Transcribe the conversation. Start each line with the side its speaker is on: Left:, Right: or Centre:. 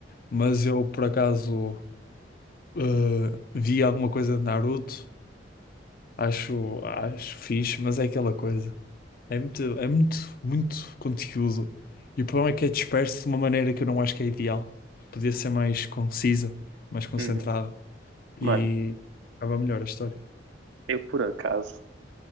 Left: Mas eu, por acaso, eh, vi alguma coisa de Naruto. Acho, acho fixe, mas é aquela coisa. É muito, é muito, muito conteúdo. E o problema é que é disperso de uma maneira que eu não acho que é ideal. Podia ser mais concisa, mais concentrada.
Right: uhum.
Left: E
Right: Mano,
Left: acaba melhor a história.
Right: eu por acaso,